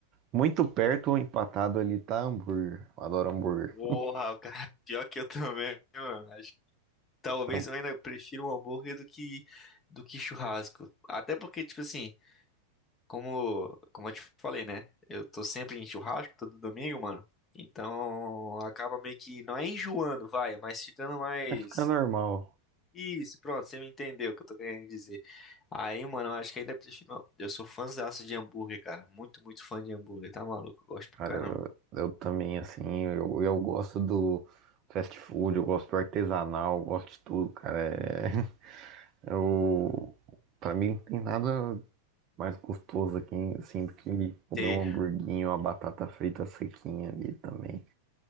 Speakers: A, on the right (about 35°); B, on the left (about 20°).
A: muito perto ou empatado ali tá hambúrguer. Eu adoro hambúrguer.
B: Porra, <laughs> cara, pior que eu também, mano. Acho que talvez
A: Então,
B: eu ainda prefira o hambúrguer do que do que churrasco. Até porque, tipo assim, como como eu te falei, né? Eu tô sempre em churrasco todo domingo, mano. Então acaba meio que não é enjoando, vai, mas ficando mais
A: vai ficar normal.
B: Isso, pronto, você me entendeu o que eu tô querendo dizer. Aí, mano, eu acho que ainda prefiro. não, Eu sou fãzaço de hambúrguer, cara. Muito, muito fã de hambúrguer, tá maluco? Eu gosto pra
A: Cara,
B: caramba.
A: eu, eu também, assim, eu, eu gosto do fast food, eu gosto do artesanal, eu gosto de tudo, cara. É, <laughs> eu, pra mim não tem nada mais gostoso aqui, hein? assim, do que comer
B: Sei.
A: um hamburguinho, uma batata frita sequinha ali também.